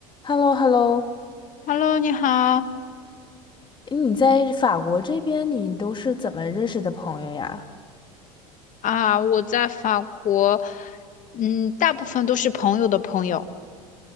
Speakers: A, on the left; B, on the left.
A: h e l l o h e l l o
B: Hello，你好
A: 你在法国这边，你都是怎么认识的朋友呀？
B: 啊！我在法国，嗯，大部分都是朋友的朋友，